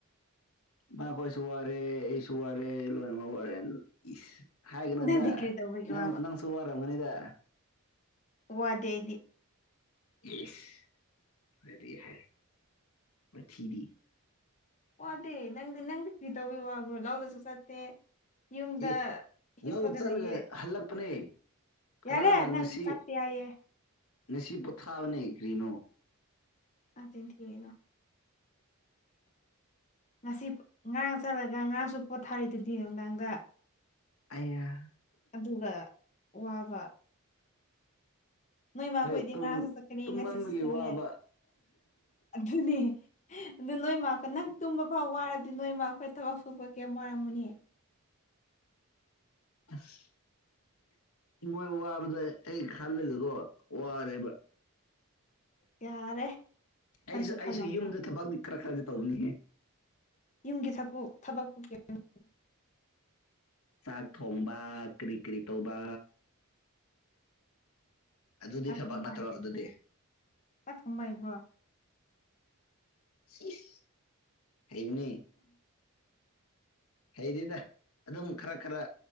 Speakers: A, on the left; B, on the left.
A: ꯏꯃꯥꯈꯣꯏꯁꯨ ꯋꯥꯔꯦ ꯑꯩꯁꯨ ꯋꯥꯔꯦ ꯂꯣꯏꯃ ꯋꯥꯔꯦ ꯏꯁ ꯍꯥꯏꯒꯅꯣꯗ
B: ꯅꯪꯗꯤ ꯀꯔꯤ ꯇꯧꯕꯒꯤ
A: ꯅꯪ
B: ꯋꯥꯕ
A: ꯅꯪꯁꯨ ꯋꯥꯔꯝꯒꯅꯤꯗ
B: ꯋꯥꯗꯦ ꯑꯩꯗꯤ
A: ꯏꯁ <unintelligible> ꯋꯥꯊꯤꯕꯤ
B: ꯋꯥꯗꯦ ꯅꯪꯗꯤ ꯅꯪꯗꯤ ꯀꯔꯤ ꯇꯧꯕꯩ ꯋꯥꯕ꯭ꯔꯣ ꯂꯧꯗꯁꯨ ꯆꯠꯇꯦ ꯌꯨꯝꯗ
A: ꯑꯦ
B: ꯍꯤꯞꯄꯒ
A: ꯂꯧ ꯆꯠꯂꯒ
B: ꯂꯩꯌꯦ
A: ꯍꯜꯂꯛꯄꯅꯦ ꯍꯜꯂꯛꯑꯒ
B: ꯌꯥꯔꯦ ꯅꯪ
A: ꯉꯁꯤ
B: ꯆꯥꯛꯇꯦ ꯍꯥꯏꯌꯦ
A: ꯉꯁꯤ ꯄꯣꯊꯥꯕꯅꯦ ꯀ꯭ꯔꯤꯅꯣ
B: ꯑꯆꯤꯟ ꯊꯤꯒꯅꯣ ꯉꯁꯤ ꯉꯥ ꯆꯠꯂꯒ ꯉꯔꯥꯡꯁꯨ ꯄꯣꯊꯥꯔꯤꯗꯨꯗꯤ ꯅꯨꯡꯗꯥꯡꯗ
A: ꯑꯩꯌꯥ
B: ꯑꯗꯨꯒ ꯋꯥꯕ ꯅꯣꯏ ꯃꯥꯈꯣꯏꯗꯤ
A: ꯍꯣꯏ ꯇꯨꯝ
B: ꯉꯔꯥꯡꯁꯨ ꯆꯠꯀꯅꯤ
A: ꯇꯨꯝꯃꯟꯕꯒꯤ
B: ꯉꯁꯤꯁꯨ ꯆꯠꯂꯦ
A: ꯋꯥꯕ
B: ꯑꯗꯨꯅꯦ ꯑꯗꯨ ꯅꯣꯏꯃꯀꯣ ꯅꯪ ꯇꯨꯝꯕ ꯐꯥꯎ ꯋꯥꯔꯗꯤ ꯅꯣꯏꯃꯥ ꯈꯣꯏ ꯊꯕꯛ ꯁꯨꯕ ꯀꯩꯌꯥꯝ ꯋꯥꯔꯝꯒꯅꯤ
A: ꯑꯁ ꯃꯣꯏ ꯋꯥꯕꯗꯣ ꯑꯩ ꯈꯜꯂꯒꯀꯣ ꯋꯥꯔꯦꯕ
B: ꯌꯥꯔꯦ ꯈꯟꯁꯨ
A: ꯑꯩꯁꯨ
B: ꯈꯜꯂꯝꯃꯣ
A: ꯑꯩꯁꯨ ꯌꯨꯝꯗ ꯊꯕꯛꯗꯤ ꯈꯔ ꯈꯔꯗꯤ ꯇꯧꯕꯅꯤꯍꯦ
B: ꯌꯨꯝꯒꯤ ꯊꯄꯨ ꯊꯕꯛꯄꯨ <unintelligible>
A: ꯆꯥꯛ ꯊꯣꯡꯕ ꯀ꯭ꯔꯤ ꯀ꯭ꯔꯤ ꯇꯧꯕ ꯑꯗꯨꯗꯤ
B: ꯆꯥꯛ
A: ꯊꯕꯛ
B: ꯊꯣꯡꯕ
A: ꯅꯠꯇ꯭ꯔꯣ
B: ꯍꯩꯕ꯭ꯔꯣ
A: ꯑꯗꯨꯗꯤ
B: ꯅꯪ ꯆꯥꯛ ꯊꯣꯡꯕ ꯍꯩꯕ꯭ꯔꯣ
A: ꯁꯤꯁ ꯍꯩꯕꯅꯤ ꯍꯩꯗꯦꯗ ꯑꯗꯨꯝ ꯈꯔ ꯈꯔ